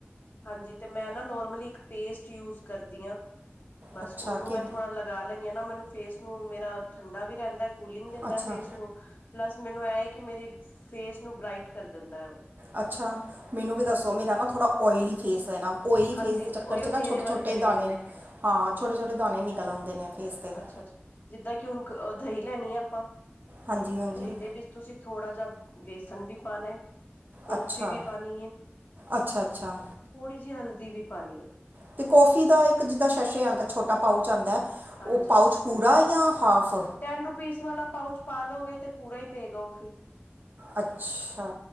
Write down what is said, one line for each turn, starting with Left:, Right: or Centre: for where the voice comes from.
Left: ਹਾਂਜੀ, ਤੇ ਮੈਂ ਨਾ ਨੋਰਮਲੀ ਇੱਕ ਪੇਸਟ ਯੂਜ ਕਰਦੀ ਹਾਂ ਬਸ
Right: ਅੱਛਾ
Left: ਉਹਨੂੰ
Right: ਕਿ
Left: ਮੈਂ ਥੋੜਾ ਲ ਲਾ ਲੈੈਂਦੀ ਹ ਆ ਨਾ ਮੈਨ ਫੇਸ ਨੂੰ ਮੇਰਾ ਠੰਡਾ ਵੀ ਰਹਿੰਦਾ ਕੂਲਿੰਗ ਦਿੰਦਾ
Right: ਅੱਛਾ
Left: ਫੇਸ ਨੂੰ ਪਲੱਸ ਮੈਨੂੰ ਇਹ ਏ ਕਿ ਫੇਸ ਨੂੰ ਬਰਾਇਟ ਕਰ ਦਿੰਦਾ ਉਹ।
Right: ਅੱਛਾ। ਮੈਨੂੰ ਵੀ ਦੱਸੋ? ਮੇਰਾ ਨਾ ਥੋੜਾ ਓਲੀ ਫੇਸ ਹੈ ਨਾ, ਓਇਲੀ
Left: ਹਾਂਜੀ
Right: ਫੇਸ ਦੇ ਚੱਕਰ
Left: ਉਹੀਓ
Right: ਚ ਨਾ
Left: ਮੇਰੇ
Right: ਛੋਟੇ-ਛੋਟੇ
Left: ਵਰਗਾ ਹੀ
Right: ਦਾਣੇ
Left: ਹੈ ਫਿਰ
Right: ਹਾਂ,
Left: ਹਾਂਜੀ
Right: ਛੋਟੇ-ਛੋਟੇ ਦਾਣੇ ਨਿਕਲ ਆਉਂਦੇ ਨੇ ਫੇਸ 'ਤੇ <inaudible>
Left: ਅੱਛਾ ਅੱਛਾ ਜਿੱਦਾਂ ਕਿ ਹੁਣ ਦਹੀਂ ਲੈਣੀ ਹੈ ਆਪਾਂ
Right: ਹਾਂਜੀ-ਹਾਂਜੀ।
Left: ਦਹੀਂ ਦੇ ਵਿੱਚ ਤੁਸੀਂ ਥੋੜਾ ਜਿਹਾ ਬੇਸਨ ਵੀ ਪਾਉਣਾ ਹੈ, ਕੌਫੀ
Right: ਅੱਛਾ
Left: ਵੀ ਪਾਨੀ ਹੈ,
Right: ਅੱਛਾ ਅੱਛਾ
Left: ਥੋੜੀ ਜਿਹੀ ਹਲਦੀ ਵੀ ਪਾਨੀ ਹੈ।
Right: ਅਤੇ ਕੌਫੀ ਦਾ ਇੱਕ ਜਿੱਦਾਂ ਸੇਸ਼ੇ ਆਉਂਦਾ ਛੋਟਾ ਪਾਊਚ ਆਂਦਾ
Left: ਹਾਂਜੀ
Right: ਉਹ ਪਾਊਚ ਪੂਰਾ ਜਾਂ ਹਾਫ।
Left: ਟੈਨ ਰੁਪੀਸ ਵਾਲਾ ਪਾਊਚ ਪਾ ਲਓਗੇ ਤੇ ਪੂਰਾ ਹੀ ਪਏਗਾ ਉਹ ਫਿਰ।
Right: ਅੱਛਾ,